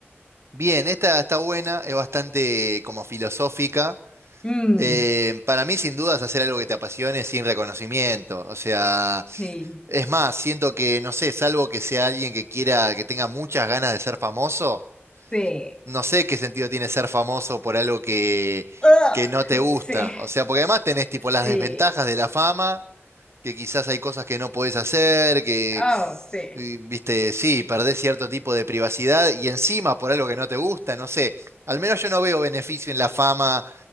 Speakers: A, on the right (about 80°); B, on the left (about 20°).
A: Bien, esta está buena, es bastante como filosófica.
B: Mm,
A: Eh, para mí, sin dudas, hacer algo que te apasione sin reconocimiento. O sea,
B: sí,
A: es más, siento que, no sé, salvo que sea alguien que quiera, que tenga muchas ganas de ser famoso,
B: sí.
A: no sé qué sentido tiene ser famoso por algo que,
B: Ugh,
A: que no te gusta.
B: sí,
A: O sea, porque además tenés tipo las
B: sí.
A: desventajas de la fama que quizás hay cosas que no podés hacer, que,
B: Oh, sí.
A: eh, viste, sí, perdés cierto tipo de privacidad y encima por algo que no te gusta, no sé. Al menos yo no veo beneficio en la fama,